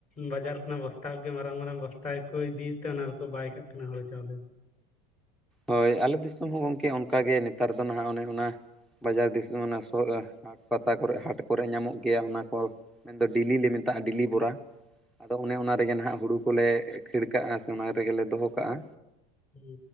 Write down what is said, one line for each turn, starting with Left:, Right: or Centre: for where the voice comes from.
Left: ᱵᱟᱡᱟᱨ ᱠᱷᱚᱱᱟᱜ ᱵᱚᱥᱛᱟ ᱠᱚᱜᱮ ᱢᱟᱨᱟᱝ ᱢᱟᱨᱟᱝ ᱵᱚᱥᱛᱟ ᱜᱮᱠᱚ ᱤᱫᱤᱭᱮᱫ ᱛᱟᱦᱮᱱᱟ ᱟᱨ ᱠᱚ ᱵᱟᱭ ᱠᱟᱜ ᱠᱟᱱᱟ ᱦᱳᱲᱳ ᱪᱟᱣᱞᱮ᱾
Centre: ᱦᱳᱭ ᱟᱞᱮ ᱫᱤᱥᱚᱢ ᱦᱚᱸ ᱜᱚᱢᱠᱮ ᱚᱱᱠᱟᱜᱮ ᱱᱮᱛᱟᱨ ᱫᱚ ᱱᱟᱦᱟᱜ ᱚᱱᱮ ᱚᱱᱟ ᱵᱟᱡᱟᱨ ᱫᱤᱥᱚᱢ ᱚᱱᱟ ᱦᱟᱴ ᱯᱟᱛᱟ ᱠᱚᱨᱮ ᱦᱟᱴ ᱠᱚᱨᱮ ᱧᱟᱢᱚᱜ ᱜᱮᱭᱟ ᱚᱱᱟ ᱠᱚ ᱢᱮᱱᱫᱚ ᱰᱮᱞᱤ ᱞᱮ ᱢᱮᱛᱟᱜᱼᱟ ᱰᱮᱞᱤ ᱵᱚᱨᱟ᱾ ᱟᱫᱚ ᱚᱱᱮ ᱚᱱᱟ ᱨᱮᱜᱮ ᱱᱟᱦᱟᱜ ᱦᱩᱲᱩ ᱠᱚᱞᱮ ᱠᱷᱟᱹᱲ ᱠᱟᱜᱼᱟ ᱥᱮ ᱚᱱᱟ ᱨᱮᱜᱮᱞᱮ ᱫᱚᱦᱚ ᱠᱟᱜᱼᱟ᱾
Left: ᱦᱩᱸ